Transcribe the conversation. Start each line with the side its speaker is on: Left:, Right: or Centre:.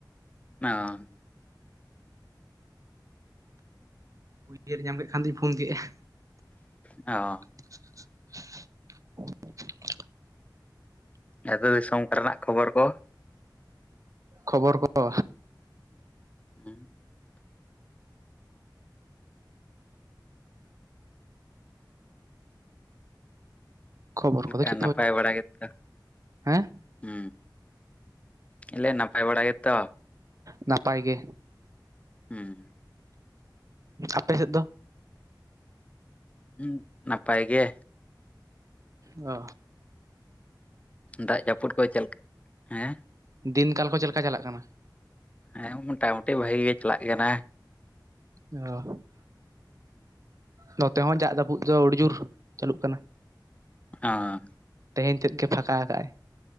Left: ᱚᱸ
Right: ᱩᱭᱦᱟᱹᱨ ᱧᱟᱢ ᱠᱮᱫ ᱠᱷᱟᱱ ᱫᱚᱧ ᱯᱷᱳᱱ ᱠᱮᱫᱼᱟ᱾
Left: ᱚ
Right: <inaudible>
Left: ᱟᱹᱛᱩ ᱫᱤᱥᱚᱢ ᱠᱚᱨᱮᱱᱟᱜ ᱠᱷᱚᱵᱚᱨ ᱠᱚ?
Right: ᱠᱷᱚᱵᱚᱨ ᱠᱚ
Left: ᱦᱩᱸ
Right: ᱠᱷᱚᱵᱚᱨ
Left: ᱪᱮᱫ ᱞᱮᱠᱟ
Right: ᱠᱚᱫᱚ
Left: ᱱᱟᱯᱟᱭ
Right: ᱦᱚᱸ
Left: ᱵᱟᱲᱟ ᱜᱮᱛᱚ?
Right: ᱦᱮᱸ
Left: ᱦᱩᱸ ᱤᱧ ᱞᱟ. ᱭ ᱫᱟ ᱱᱟᱯᱟᱭ ᱵᱟᱲᱟ ᱜᱮᱛᱚ?
Right: ᱱᱟᱯᱟᱭ ᱜᱮ᱾
Left: ᱦᱩᱸ
Right: ᱟᱯᱮ ᱥᱮᱫ ᱫᱚ?
Left: ᱦᱩᱸ ᱱᱟᱯᱟᱭ ᱜᱮ᱾
Right: ᱚ
Left: ᱫᱟᱜ ᱡᱟᱹᱯᱩᱫ ᱠᱚ ᱪᱮᱫ ᱞᱮᱠᱟ ᱦᱮᱸ?
Right: ᱫᱤᱱ ᱠᱟᱞ ᱠᱚ ᱪᱮᱫ ᱞᱮᱠᱟ ᱪᱟᱞᱟᱜ ᱠᱟᱱᱟ?
Left: ᱦᱮᱸ ᱢᱳᱴᱟᱢᱩᱴᱤ ᱵᱷᱟᱜᱤ ᱜᱮ ᱪᱟᱞᱟᱜ ᱠᱟᱱᱟ᱾
Right: ᱚ ᱱᱚᱛᱮ ᱦᱚᱸ ᱫᱟᱜ ᱡᱟᱹᱯᱩᱫ ᱫᱚ ᱟᱹᱰᱤ ᱡᱳᱨ ᱪᱟᱹᱞᱩᱜ ᱠᱟᱱᱟ᱾
Left: ᱚᱸ
Right: ᱛᱮᱦᱮᱧ ᱛᱮᱫ ᱜᱮ ᱯᱷᱟᱸᱠᱟ ᱠᱟᱜᱼᱟᱭ᱾